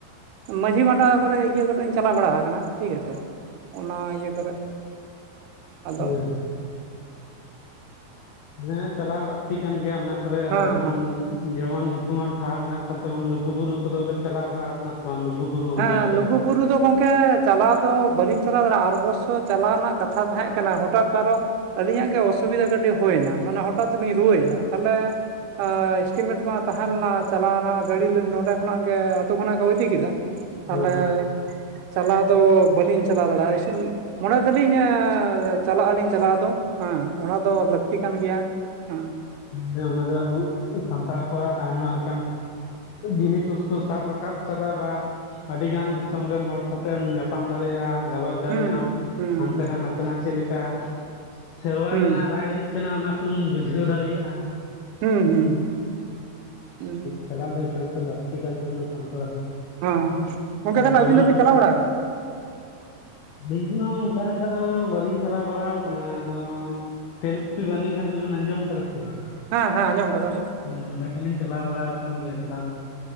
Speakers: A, on the right (about 80°); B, on the left (about 80°).
A: ᱢᱟᱹᱡᱷᱤ ᱢᱟᱰᱚᱣᱟ ᱠᱚᱨᱮ ᱤᱭᱟᱹ ᱠᱚᱨᱮᱧ ᱪᱟᱞᱟᱣ ᱵᱟᱲᱟ ᱟᱠᱟᱱᱟ᱾ ᱴᱷᱤᱠ ᱟᱪᱷᱮ ᱚᱱᱟ ᱤᱭᱟᱹ ᱠᱚᱨᱮ ᱟᱫᱚ
B: ᱦᱮᱸ ᱦᱮᱸ ᱪᱟᱞᱟᱣ ᱞᱟᱹᱠᱛᱤ ᱠᱟᱱ ᱜᱮᱭᱟ ᱚᱱᱟ ᱠᱚᱨᱮ
A: ᱦᱮᱸ
B: ᱟᱨ ᱡᱮᱢᱚᱱ ᱡᱮᱢᱚᱱ ᱧᱩᱛᱩᱢᱟᱱ ᱴᱷᱟᱶ ᱢᱮᱱᱟᱜ ᱛᱮᱢᱚᱱ, ᱞᱩᱜᱩ ᱵᱩᱨᱩ ᱠᱚᱫᱚᱵᱮᱱ ᱪᱟᱞᱟᱣ ᱵᱟᱲᱟ ᱟᱠᱟᱱᱟ ᱥᱮ ᱵᱟᱝ? ᱞᱩᱜᱩ ᱵᱩᱨᱩ
A: ᱦᱮᱸ
B: ᱚᱡᱳᱫᱽᱫᱷᱟ
A: ᱞᱩᱜᱩ ᱵᱩᱨᱩ ᱫᱚ ᱜᱚᱝᱠᱮ ᱪᱟᱞᱟᱣ ᱫᱚ ᱵᱟᱹᱞᱤᱧ ᱪᱟᱞᱟᱣ ᱫᱟᱲᱮᱭᱟᱜᱼᱟ᱾ ᱟᱨ ᱚᱵᱚᱥᱥᱚ ᱪᱟᱞᱟᱣ ᱨᱮᱱᱟᱜ ᱠᱟᱛᱷᱟ ᱛᱟᱦᱮᱸ ᱠᱟᱱᱟ᱾ ᱦᱚᱴᱟᱛ ᱟᱨᱚ ᱟᱹᱞᱤᱧᱟᱜ ᱜᱮ ᱚᱥᱩᱵᱤᱫᱟ ᱠᱟᱹᱴᱤᱡ ᱦᱩᱭᱱᱟ᱾ ᱢᱟᱱᱮ ᱦᱚᱴᱟᱛ ᱛᱮ ᱞᱤᱧ ᱨᱩᱣᱟᱹᱭ ᱮᱱᱟ᱾ ᱛᱟᱦᱚᱞᱮ ᱮᱥᱴᱤᱢᱮᱴ ᱢᱟ ᱛᱟᱦᱮᱸ ᱞᱮᱱᱟ ᱪᱟᱞᱟᱣᱱᱟ᱾ ᱜᱟᱹᱰᱤ ᱱᱚᱰᱮ ᱠᱷᱚᱱᱟᱜ ᱜᱮ ᱟᱹᱛᱩ ᱠᱷᱚᱱᱟᱜ ᱠᱚ ᱤᱫᱤ ᱠᱮᱫᱟ ᱛᱟᱦᱚᱞᱮ
B: ᱦᱮᱸ
A: ᱪᱟᱞᱟᱣ ᱫᱚ ᱵᱟᱹᱞᱤᱧ ᱪᱟᱞᱟᱣ ᱫᱟᱲᱮᱭᱟᱜᱼᱟ ᱥᱤᱱ ᱢᱚᱱᱮ ᱫᱟᱞᱤᱧ ᱪᱟᱞᱟᱜ ᱟᱹᱞᱤᱧ ᱪᱟᱞᱟᱣ ᱫᱚ, ᱦᱮᱸ ᱚᱱᱟ ᱫᱚ ᱞᱟᱹᱠᱛᱤ ᱠᱟᱱ ᱜᱮᱭᱟ᱾ ᱦᱮᱸ <unintelligible>
B: ᱦᱮᱸᱚᱱᱟ ᱫᱚ ᱟᱵᱚ ᱥᱟᱱᱛᱟᱲ ᱠᱚᱣᱟᱜ ᱟᱭᱢᱟ ᱞᱮᱠᱟᱱ ᱡᱤᱱᱤ ᱠᱚ ᱥᱟᱵ ᱨᱟᱠᱟᱵ ᱠᱟᱫᱟᱵᱟ ᱟᱹᱰᱤ ᱜᱟᱱ ᱫᱤᱥᱚᱢ ᱨᱮᱱ ᱦᱚᱲ ᱥᱟᱛᱮᱢ ᱧᱟᱯᱟᱢ ᱫᱟᱲᱮᱭᱟᱜᱼᱟ᱾ ᱜᱟᱞᱚᱪ ᱫᱟᱲᱮᱭᱟᱜ
A: ᱦᱩᱸ
B: ᱟᱢ
A: ᱦᱩᱸ
B: ᱦᱟᱱᱛᱮ ᱱᱟ ᱱᱟᱛᱮᱱᱟᱜ ᱪᱮᱫ ᱞᱮᱠᱟ᱾ ᱥᱮᱨᱣᱟ
A: ᱦᱩᱸ ᱦᱩᱸ
B: ᱨᱮᱱᱟᱜ ᱨᱟᱭ ᱨᱤᱛ ᱠᱟᱱᱟ ᱚᱱᱟᱠᱚᱢ ᱵᱩᱡᱷᱟᱹᱣ ᱫᱟᱲᱮᱭᱟᱜ-ᱟ᱾
A: ᱦᱩᱸ ᱦᱩᱸ ᱦᱩᱸ ᱦᱩᱸ
B: ᱪᱟᱞᱟᱜ ᱫᱚ ᱮᱠᱟᱞ ᱛᱮ ᱞᱟᱹᱠᱛᱤ ᱠᱟᱱ ᱛᱚ ᱥᱟᱱᱛᱟᱲ
A: ᱦᱮᱸ ᱦᱮᱸ ᱜᱚᱝᱠᱮ
B: ᱡᱮᱢᱚᱱ
A: ᱛᱟᱦᱞᱮ ᱟᱹᱵᱤᱱ ᱫᱚᱵᱤᱱ ᱪᱟᱞᱟᱣ ᱵᱟᱲᱟᱜ ᱠᱟᱱᱟ᱾
B: ᱟᱹᱞᱤᱧ ᱦᱚᱸ ᱚᱱᱠᱟ ᱞᱮᱠᱟ ᱫᱚ ᱵᱟᱹᱞᱤᱧ ᱪᱟᱞᱟᱣ ᱵᱟᱲᱟ ᱟᱠᱟᱱᱟ ᱟᱫᱚ ᱛᱮᱞᱠᱤᱯᱤ ᱵᱟᱨᱱᱤ ᱜᱷᱟᱴ ᱫᱚ ᱵᱤᱱ ᱟᱸᱡᱚᱢᱟ ᱥᱮ ᱵᱟᱝ?
A: ᱦᱮᱸ ᱦᱮᱸ ᱟᱸᱡᱚᱢ ᱠᱟᱫᱟᱞᱤᱧ᱾
B: ᱦᱮᱸ ᱚᱸᱰᱮ ᱫᱚᱞᱤᱧ ᱪᱟᱞᱟᱣ ᱵᱟᱲᱟ ᱟᱠᱟᱱ ᱜᱮᱭᱟ ᱪᱟᱞᱟᱣ ᱫᱚ